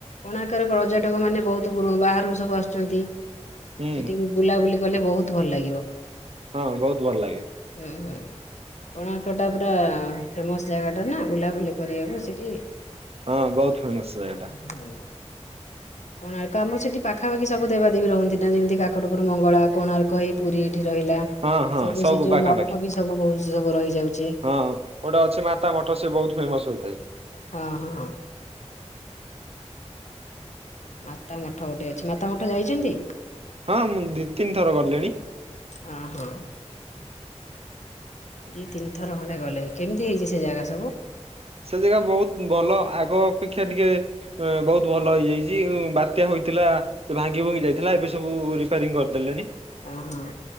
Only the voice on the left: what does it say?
କୋଣକରେ ପର୍ଯ୍ୟଟକ ମାନେ ବହୁତ ପୁରୁ ବାହାରୁ ସବୁ ଆସୁଚନ୍ତି।
ସେଠି ବୁଲାବୁଲି କଲେ ବହୁତ ଭଲ ଲାଗିବ
ହୁଁ ହୁଁ। କୋଣାର୍କଟା ପୁରା ଫେମସ ଜାଗା ଟା ନା ବୁଲାବୁଲି କରିବାକୁ ସେଇଠି।
<inaudible> କୋଣାର୍କ ଆମର ସେଠି ପାଖାପାଖି ସବୁ ଦେବାଦବୀ ରୁହନ୍ତି ନା ଯେମିତି କାକଟପୁରୁ ମଙ୍ଗଳା, କୋଣାର୍କ ହେଇ ପୁରୀ ଏଠି ରହିଲା
ସବୁ ସେ ଯଉ
ମଠ ବି ସବୁ ବହୁତ୍ ସବୁ ରହିଯାଉଚି।
ହଁ -ହଁ। ମାତା ମଠ ଗୋଟେ ଅଛି ମାତା ମଠ ଯାଇଚନ୍ତି?
ଅ- ହଁ। ଦି ତିନି ଥର ଖଣ୍ଡେ ଗଲେଣି କେମିତି ହେଇଚି ସେ ଜାଗା ସବୁ?
ଆ- ହଁ।